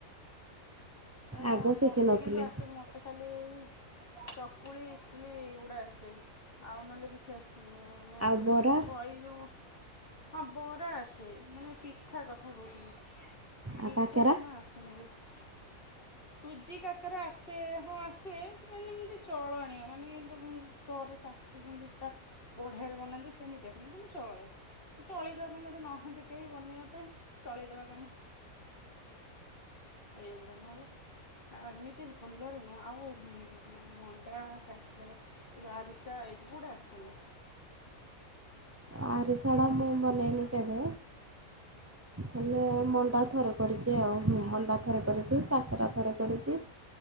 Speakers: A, on the left; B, on the right.
A: ଆ
B: ଆଗ
A: ମୋତେ
B: ଶିଖିନଥିଲି
A: କିନ୍ତୁ ଆସେ ମୋତେ ଖାଲି ଏଇ ଚକୁଳି ଇଟଲି ଏଇଗୁଡା ଖାଲି ଆସେ। ଆଉ ନହେଲେ କିଛି ଆସେ ନି। ମାନେ
B: ଆଉ ବରା
A: ବହି ଯେଉଁ ହଁ ବରା ଆସେ ମାନେ ପିଠା ପିଠା କଥା କହୁଥିଲି
B: ଆଉ
A: ପିଠା
B: କାକେରା
A: ପଣା ଆସେନି ବେଶି। ? ସୁଜି କାକେରା ଆସେ ହଁ ଆସେ ମାନେ ଏମିତି ଚଳନିଅ ମାନେ କିନ୍ତୁ ଶ କରେ ସା ସୁଜି ଯନ୍ତା ପୁରା ବଢିଆରେ ବନାନ୍ତି ସେମିତି ଆ ସେମିତି ନା ଚଳେ। ଚଳେଇଦବା ପାଇଁ ଯଦି ନହାନ୍ତି କେହି ବନେଇବା ପାଇଁ ଚଳିଇଦବା କାମ ଏଗୁଡା ନୁହେଁଲେ ଏମିତି ଭଲରେ ନୁହଁ ଆଉ ମଣ୍ଡା କାକେରା ରାଇଜ ଆରିସା କୁକୁଡ଼ା ଆସେନି।
B: ଆରିଶାଟା ମୁଁ ବନେଇନି କେବେ ମାନେ ମଣ୍ଡା ଥରେ କରିଛି ଆଉ। ହଁ ମଣ୍ଡା ଥରେ କରିଛି କକେରା ଥରେ କରିଛି।